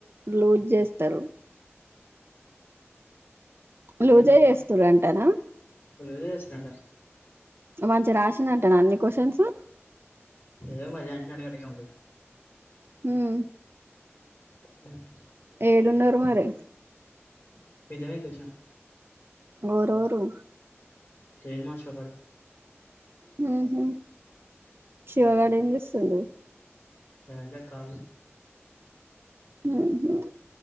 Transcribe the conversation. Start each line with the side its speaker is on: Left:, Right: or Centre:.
Right: లూజ్ చేస్తారు లూజే
Left: ఆహా
Right: చేస్తురు అంటన
Left: లూజే చేస్తారంట
Right: మంచి రాసిన అంటానా అన్ని క్వశ్చన్స్
Left: ఏమో మరి అన్ని అడగాలి ఇగ మరి
Right: హ్మ్
Left: హ్మ్
Right: ఏడున్నారు మరి
Left: పెద్ద మీదికి వచ్చిన
Right: ఓరోరు
Left: కెన్ మాచకాడు
Right: హ్మ్ హు శివగాడు ఎం చేస్తుండు
Left: రంటా కాల్
Right: హ్మ్ హు